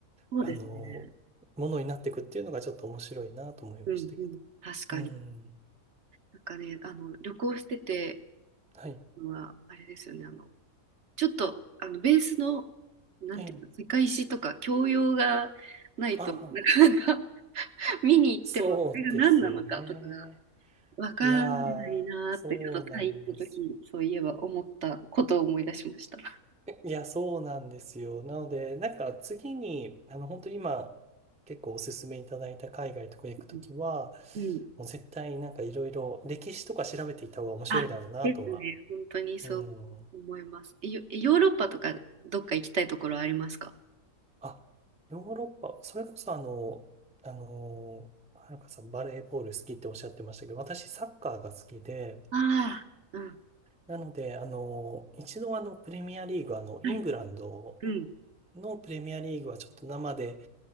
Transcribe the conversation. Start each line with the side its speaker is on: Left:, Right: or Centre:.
Right: そうですね。
Centre: あの、ものになっていくっていうのがちょっと面白いなと思いましたけど。
Right: うんうん、確かに。
Centre: うん。
Right: なんかね、あの旅行してて
Centre: はい。
Right: のはあれですよね。あのちょっとあのベースのなんていうの世界史とか教養がないとなかなか
Centre: ええ。ああ、
Right: <laughs> 見に行ってもこれが何なのかとかが
Centre: そうですね。
Right: わからないなーってちょっとタイ行った時そういえば思ったことを思い出しました。
Centre: いやー、そうなんです。いや、そうなんですよ。なので、なんか次に、あの、本当今、結構おすすめいただいた海外とか行くときは、
Right: うん、うん
Centre: もう絶対なんかいろいろ歴史とか調べていた方が面白いだろうなとは。
Right: あ、ですね。本当にそう思います。
Centre: うん。
Right: えヨヨーロッパとかどっか行きたいところありますか
Centre: あ、ヨーロッパ、それこそあの、あの、はるかさんバレーボール好きっておっしゃってましたけど、私サッカーが好きで、
Right: ああ、うん。
Centre: なので、あの、一度あの、プレミアリーグ、あの、イングランド
Right: はい。うん。
Centre: のプレミアリーグはちょっと生で、